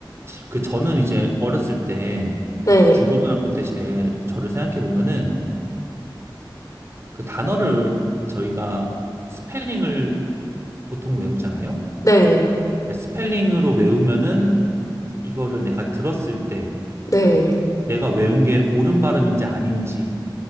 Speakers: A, on the right; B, on the left.
A: 그 저는 이제 어렸을 때,
B: 네.
A: 중고등학교 때 제, 저를 생각해 보면은 그 단어를 저희가 스펠링을 보통 외우잖아요.
B: 네.
A: 스펠링으로 외우면은 이거를 내가 들었을 때
B: 네.
A: 내가 외운 게 옳은 발음인지 아닌지를